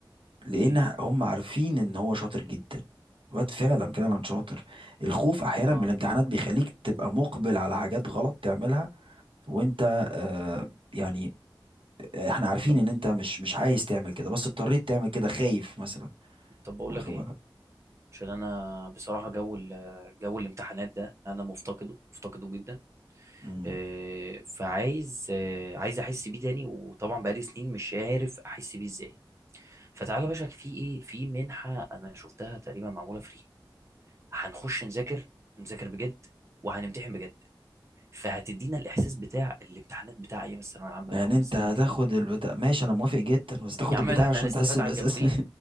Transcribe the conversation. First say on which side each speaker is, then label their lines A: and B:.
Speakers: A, on the right; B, on the right.
A: لان
B: ليه
A: هم عارفين ان هو شاطر جدا واد فعلا فعلا شاطر الخوف احيانا
B: اه
A: من الامتحانات بيخليك تبقى مقبل على حاجات غلط تعملها وانت آه يعني آه، احنا عارفين
B: طب
A: ان انت مش مش عايز تعمل كده بس اضطريت تعمل كده خايف مثلا
B: طب بقول
A: واخد
B: لك ايه
A: بالك
B: عشان انا بصراحة جو ال- جو الامتحانات ده انا مفتقده مفتقده جدا
A: مم.
B: آه، فعايز آه، عايز احس بيه تاني وطبعا بقالي سنين مش عارف احس بيه ازاي فتعالى يا باشا في ايه في منحة انا شفتها تقريبا معمولة فري هنخش نذاكر نذاكر بجد وهنمتحن بجد فهتدينا الاحساس بتاع الامتحانات بتاع ايام الثانوية العامة
A: يعني
B: بقى والزمن
A: انت هتاخد
B: اللي
A: البتاع ماشي انا موافق جدا بس تاخد
B: يا عم
A: البتاع
B: ده احنا
A: عشان
B: هنستفاد
A: تحس الاحساس
B: على الجنبين